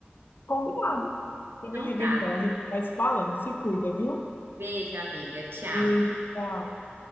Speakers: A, on the left (about 55°); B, on the right (about 65°).
A: Combinado. Você
B: Então
A: me liga
B: tá.
A: então, a gente vai se falando. Se cuida, viu?
B: Beijo, amiga. Tchau.
A: Beijo, tchau.